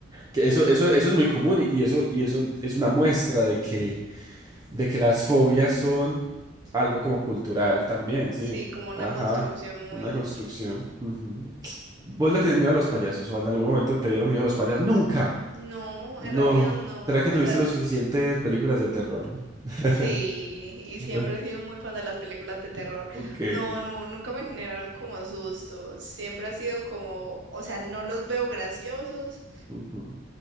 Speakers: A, on the right; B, on the right.
A: Que eso, eso, eso es muy común y y eso, y eso es una muestra de que De que las fobias son algo como cultural también, sí.
B: Sí, como una
A: Ajá,
B: construcción muy...
A: una construcción. ujú. ¿Vos le tenés miedo a los payasos o en algún momento te dieron miedo a los payasos? Nunca.
B: No,
A: No.
B: en realidad no.
A: ¿Será que
B: O
A: no viste
B: sea, es-
A: lo suficientes películas de terror? <laughs>
B: sí, y
A: Bueno,
B: siempre he sido muy fan de las películas de terror.
A: Ok.
B: No, no, nunca me generaron como sustos. Siempre ha sido como, o sea, no los veo graciosos,
A: ujú.